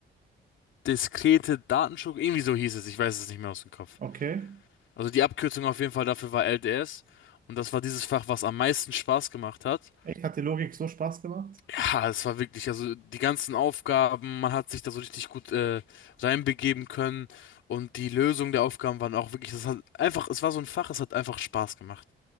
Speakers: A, on the left (about 75°); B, on the right (about 45°).
A: diskrete Datenstruktur. Irgendwie so hieß es, ich weiß es nicht mehr aus dem Kopf.
B: Okay.
A: Also die Abkürzung auf jeden Fall dafür war LDS. Und das war dieses Fach, was am meisten Spaß gemacht hat.
B: Echt, hat die Logik so Spaß gemacht?
A: Ja, es war wirklich, also die ganzen Aufgaben, man hat sich da so richtig gut äh, reinbegeben können und die Lösung der Aufgaben waren auch wirklich, das hat einfach, es war so ein Fach, es hat einfach Spaß gemacht.